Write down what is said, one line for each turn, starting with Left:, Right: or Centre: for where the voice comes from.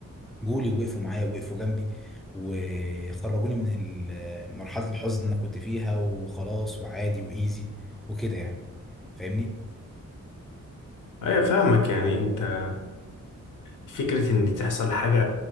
Centre: جولي وقفوا معايا وقفوا جنبي وخرجوني من ال- مرحله الحزن اللي انا كنت فيها وخلاص وعادي وايزي وكده يعني فاهمني
Left: ايوه فاهمك يعني انت فكرة إن تحصل حاجة